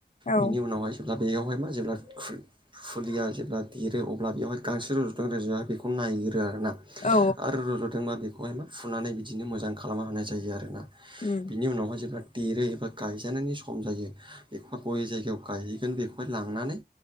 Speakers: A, on the left (about 45°); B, on the right (about 25°).
A: औ
B: बेनि उनावहाय जेब्ला बेयावहाय मा जेब्ला खु फुलिया जेब्ला देरो अब्ला बेवहाय गांसो रुज'दों रोजु बेखौ नायग्रो आरो ना‌।
A: औ
B: आरो रज'दोंबा बेखौहाय म फुनानै बिदिनो मोजां खालामना होनाय जायो आरोना।
A: उम
B: बि उनावाय जों एबा देरो एबा गायजानायनि सम जायो बेखौहाय बबे जायगायाव गायहैगोन बेखौहाय लांनानै